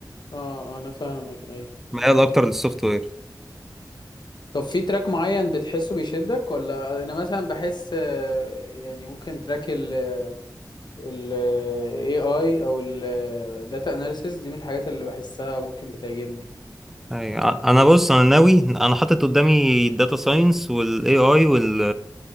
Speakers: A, on the left; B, in the centre.
A: اه آه، انا فاهمك ايوه
B: ميال اكتر للسوفت وير
A: طب في تراك معين بتحسه بيشدك ولا انا مثلا بحس آه، يعني ممكن تراك ال ال AI او ال data analysis دي من الحاجات اللي بحسها ممكن بتعجبني
B: ايوه انا بص انا ناوي انا حاطط قدامي الداتا ساينس والاي اي وال